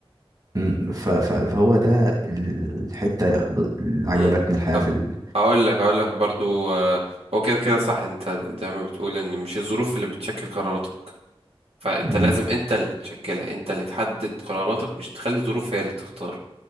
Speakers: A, on the right; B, on the right.
A: م، ف- ف- فهو ده الحتة ب- اللي عجبتني
B: مم.
A: الحياة
B: طب
A: في ال...
B: هقول لك هقول لك برضو آه، هو كده كده صح انت زي ما بتقول ان مش الظروف اللي بتشكل قراراتك فانت
A: م،
B: لازم انت اللي تشكلها انت اللي تحدد قراراتك مش تخلي الظروف هي اللي تختار